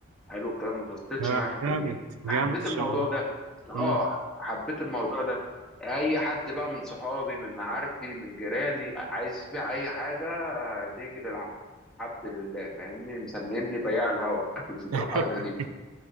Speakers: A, in the centre; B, on the right (about 80°).
A: حلو الكلام ما فصلتش
B: آه،
A: معايا في
B: جامد
A: جنيه فحبيت
B: جامد الشغل
A: الموضوع
B: ده
A: ده
B: مم.
A: اه حبيت الموضوع ده اي حد بقى من صحابي من معارفي من جيراني عايز يبيع اي حاجه بيجي للعبد لله فاهمني مسميني بياع الهوا <laughs> بالحركه
B: <laughs>
A: دي